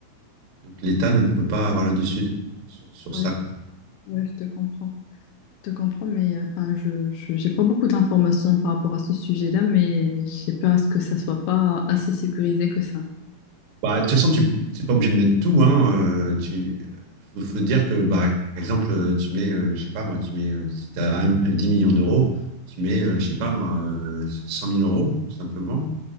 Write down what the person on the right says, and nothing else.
donc l'État ne peut pas avoir le dessus de- sur, sur
ça, quoi.
Bah, de toute façon, tu n'es pas obligé de mettre tout, hein. euh, tu, faut, faut dire que, bah, par exemple, euh, tu mets, euh, je sais pas, moi, tu mets, euh, si tu as 10 millions d'euros, tu mets, euh, je sais pas, moi, euh, 100 000 euros, simplement.